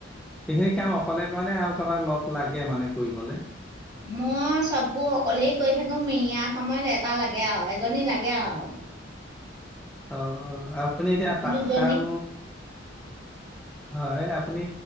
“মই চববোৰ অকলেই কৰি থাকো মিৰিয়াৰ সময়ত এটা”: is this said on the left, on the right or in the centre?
Right